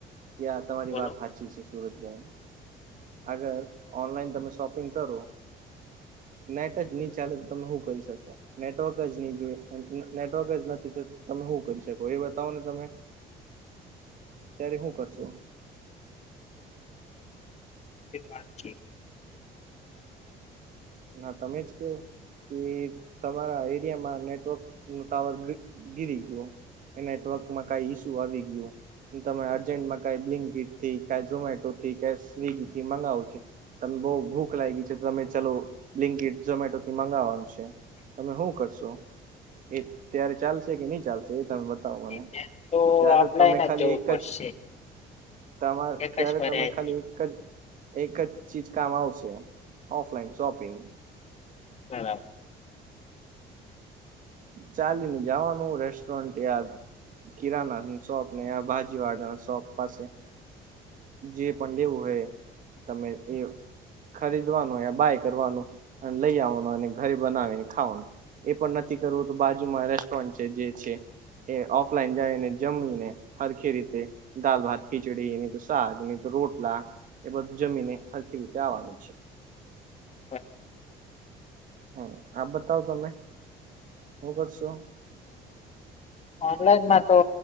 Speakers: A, on the right; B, on the left.
A: કે આ તમારી
B: બોલો
A: વાત હા સુરજભાઈ આગર ઓનલાઈન તમે શોપિંગ કરો. નેટ જ નહી ચાલે તો તમે શું કરી શકો. નેટવર્ક જ નહી જોય નેટવર્ક જ નથી તો તમે શું કરી શકો એ બતાવો ને તમે. ત્યારે હું કરશો?
B: વાત છે.
A: ના તમે જ કેવ. એ તમારા એરિયામાં નેટવર્ક ન ટાવર ગીરી ગયું. નેટવર્કમાં ક ઈસુ આવી ગયું, અર્જેન્ટના જ ક થી કઈ ઝોમેટો થી ક સ્વિગી થી મંગાવો છ તને બહ ભૂખ લાગી છે તમે ચલો. બ્લિંકીડ ઝોમેટોથી મંગાવવાનું છે, તમે શું કરશો? એ ત્યારે ચાલશે કે નહી ચાલશે એ તમે મને
B: છે તો
A: ત્યારે
B: ઓફલાઈન
A: તમે ખાલી
B: જવું
A: એક
B: પડશે
A: જ તમા
B: એક
A: ત્યારે
B: જ પર્યાય
A: તમે ખાલી
B: છે
A: એક જ એક જ ચીજ કામ આવશે, ઓફલાઈન શોપિંગ.
B: હા. <inaudible>
A: ચાલી ને જવાનું રેસ્ટોરન્ટ યયાદ કિરાના શોપ ને બાજીવાડા ના શોપ પાસે. જે પણ લેવું હોય તમે, એ ખરીદવાનું બાય કરવાનું, અને લઈ આવવાનું અને ઘરે બનાવીને. ખાવાનું એ પણ નથી કરવું તો બાજુમાં રેસ્ટોરન્ટ છે જે છે. એ ઓફલાઈન જાય ને જમી ને હરખી રીતે દાાલ ભાત ખિચડી નહી તો શાક નહી તો રોટલા એ બધું જમીને હરકી રીતે આવવાનું છે.
B: <inaudible>
A: હમ આપ બતાવ તમે હું કરશો
B: ઓનલાઈનમાં તો